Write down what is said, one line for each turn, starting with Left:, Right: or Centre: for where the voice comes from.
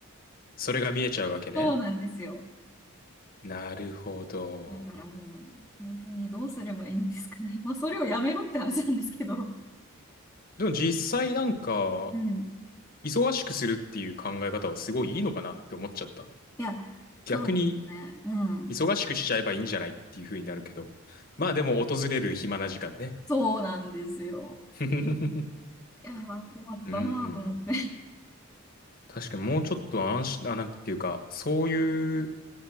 Left: それが見えちゃうわけね。
Centre: そうなんですよ。
Left: なるほど。
Centre: だからもう、本当にどうすればいいんですかね。まあ、それをやめろって話なんですけど。
Left: でも実際なんか、
Centre: うん。
Left: 忙しくするっていう考え方はすごいいいのかなって思っちゃった。
Centre: いや、
Left: 逆に、
Centre: そうですね。うん。
Left: 忙しくしちゃえばいいんじゃないっていう風になるけど。まあでも訪れる暇な時間ね。
Centre: そうなんですよ。
Left: <laughs>
Centre: いやー、困ったなーと思って。
Left: うん。確かにもうちょっと安心、あ、なんていうか、そういう、